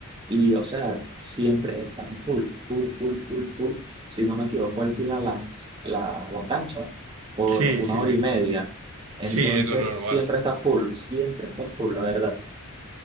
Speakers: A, on the right; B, on the right.
A: y, o sea, siempre están full, full, full, full, full. Si no me equivoco, alquilan las, la- las canchas por
B: Sí,
A: una
B: sí,
A: hora
B: sí.
A: y media. Entonces,
B: Sí, es lo normal.
A: siempre está full, siempre está full, la verdad.